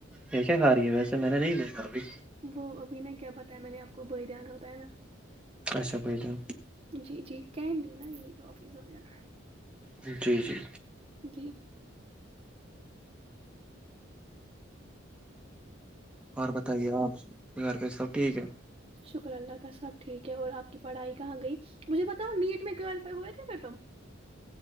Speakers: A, in the centre; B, on the right.
A: یہ کیا کھا رہی ہے ویسے میں نے نہیں دیکھا ابھی
B: وہ ابھی ناں کیا بتا میں نے آپ کو بری دان ہوتا ہے ناں
A: اچھا بریدان
B: جی جی کینڈی ناں یہی ٹافیس وغیرہ
A: جی جی
B: جی
A: اور بتائیے آپ گھر پہ سب ٹھیک ہے
B: شکر اللہ کا سب ٹھیک ہے اور آپ کی پڑھائی کہاں گئی مجھے بتاؤ نیٹ میں کویلفائی ہوئے تھے پھر تم